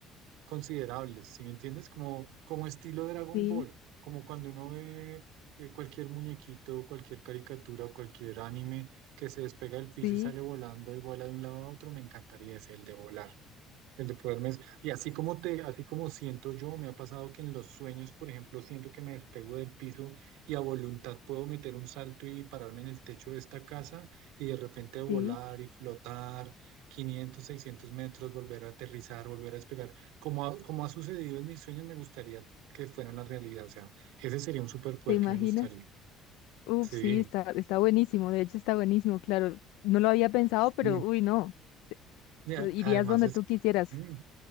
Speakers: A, on the right; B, on the left.
A: considerables, si me entiendes? Como, como estilo Dragon
B: sí.
A: Ball, como cuando uno ve eh, cualquier muñequito, cualquier caricatura, cualquier anime que se despega del
B: Sí,
A: piso y sale volando y vuela de un lado a otro, me encantaría ese, el de volar. El de poderme, y así como te, así como siento yo, me ha pasado que en los sueños, por ejemplo, siento que me despego del piso y a voluntad puedo meter un salto y pararme en el techo de esta casa y de repente volar
B: sí,
A: y flotar quinientos seiscientos metros, volver a aterrizar, volver a despegar. Como ha, como ha sucedido en mis sueños, me gustaría que fuera la realidad. O sea, ese sería un superpoder
B: ¿te imaginas?
A: que me gustaría.
B: Uf,
A: Sí.
B: sí, está, está buenísimo, de hecho está buenísimo, claro, no lo había pensado,
A: Sí.
B: pero uy, no,
A: Y
B: pues,
A: además
B: irías donde
A: es...
B: tú quisieras.
A: mm.